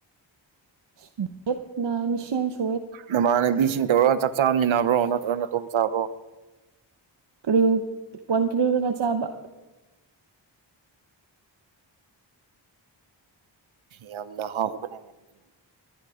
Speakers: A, on the right; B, on the right.
A: <unintelligible>
B: ꯅꯃꯥꯟꯅꯕꯤꯁꯤꯡ ꯇꯧꯔꯒ ꯆꯥꯛ ꯆꯥꯝꯃꯤꯟꯅꯕ꯭ꯔꯣ ꯅꯠꯇ꯭ꯔ ꯅꯇꯣꯝ ꯆꯥꯕ꯭ꯔꯣ
A: ꯀꯔꯤ <unintelligible> ꯆꯥꯕ
B: ꯌꯥꯝꯅ ꯍꯥꯎꯕꯅꯤꯅꯦ <unintelligible>